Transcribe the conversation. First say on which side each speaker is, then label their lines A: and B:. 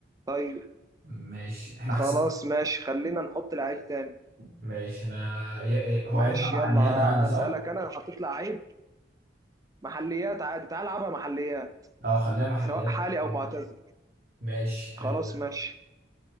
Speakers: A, on the right; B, on the right.
A: طيب
B: ماشي احنا
A: خلاص ماشي خلينا نحط لعيب تاني
B: ماشي انا ي- ي- هو
A: ماشي
B: ينفع محليات
A: يلا
B: عادي صح؟
A: اسالك انا أنا حطيت لعيب محليات عادي تعال العبها محليات
B: اه خليها محليات
A: سواء حالي
B: جدا
A: او معتزل
B: ماشي حلو
A: خلاص
B: ده
A: ماشي